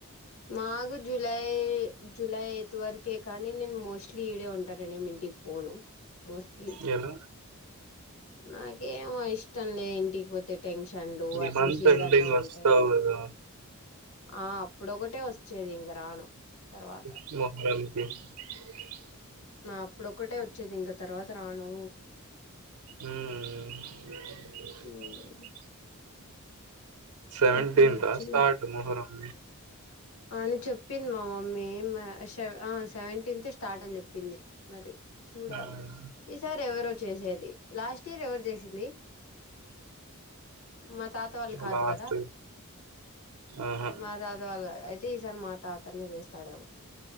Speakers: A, on the left; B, on the right.
A: మాగు జూలై జులై ఎయిత్ వరకే కానీ నేను మోస్ట్లీ ఈడే ఉంటాననే టికి పోను మోస్ట్లీ
B: నేను
A: నాకేమో ఇష్టం లేదు ఇంటికి పోతే టెన్షన్లు
B: ఈ
A: అట్లీస్ట్
B: మంత్
A: ఈడన్నా
B: ఎండింగ్
A: ఉంటే
B: ఒస్తావు గదా!
A: ఆ అప్పుడ ఒకటే వస్తు చూడు ఇంగ రాను
B: <unintelligible>
A: తర్వాత అప్పుడొక్కటే వచ్చేది ఇంక తర్వాత రాను
B: హ్మ్మ్
A: ఉమ్
B: సెవెంటీన్త్
A: అప్పుడు వచ్చి
B: స్టార్ట్ మొహరం
A: అని చెప్పింది మామమ్మీ ఆ సెవెన్ ఆ సెవెంటీన్త్ స్టార్ట్ అని చెప్పింది మరి చూడాలి
B: హ్మ్.
A: ఈసారి ఎవరో చేసేది లాస్ట్ ఇయర్ ఎవరు చేసింది మా తాత వాళ్ళు కాదు
B: లాస్ట్
A: కదా
B: ఆహా!
A: మా తాత వాళ్ళు అయితే ఈసారి మా తాతనే చేస్తాడేమో